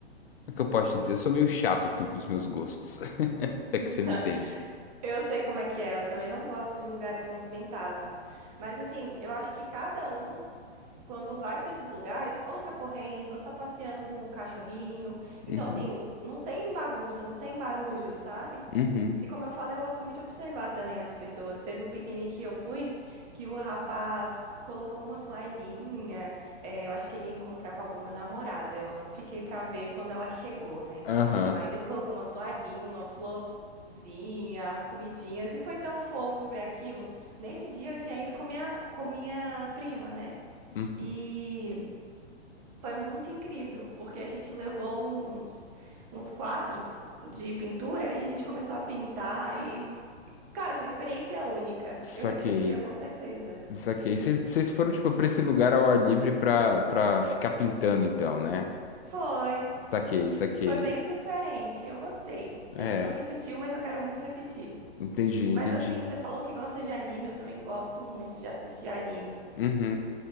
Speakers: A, on the left; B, on the right.
A: é que eu posso dizer? Eu sou meio chato assim com os meus gostos. <laughs> Se é
B: <laughs>
A: que você me entende.
B: Eu sei como é que é, eu também não gosto de lugares movimentados. Mas assim, eu acho que cada um, quando vai para esses lugares, ou tá correndo, ou tá passeando com o cachorrinho. Então,
A: Uhum,
B: assim, não tem bagunça, não tem barulho, sabe?
A: uhum.
B: E como eu falei, eu gosto muito de observar também as pessoas. Teve um piquenique que eu fui que o rapaz colocou uma toalhinha. eh, eu acho que ele ia encontrar com alguma namorada. Eu não fiquei pra ver quando ela chegou, né?
A: Aham.
B: Mas ele colocou uma toalhinha, uma florzinha, as comidinhas e foi tão fofo ver aquilo. Nesse dia eu tinha ido com minha, com minha prima, né?
A: Uhum.
B: E foi muito incrível, porque a gente levou uns, uns quadros de pintura e a gente começou a pintar e, e, cara, foi uma experiência única.
A: Saquei.
B: Eu repetiria com certeza.
A: Saquei. Vocês foram, tipo, pra esse lugar ao ar livre pra, pra ficar pintando, então, né?
B: Foi,
A: Saquei, saquei.
B: foi bem diferente e eu gostei.
A: É,
B: A gente não repetiu, mas eu quero muito repetir.
A: entendi, entendi.
B: Mas assim, você falou que gosta de anime, eu também gosto muito de assistir anime.
A: Uhum.